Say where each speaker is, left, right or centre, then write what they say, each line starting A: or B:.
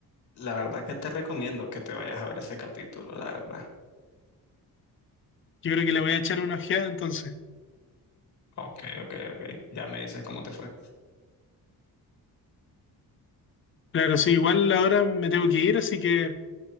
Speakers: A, on the left; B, on the left.
A: La verdad que te recomiendo que te vayas a ver ese capítulo, la verdad.
B: Yo creo que le voy a echar una ojeada entonces.
A: Ok, ok, ok. Ya me dices cómo te fue.
B: Claro, sí, igual ahora me tengo que ir, así que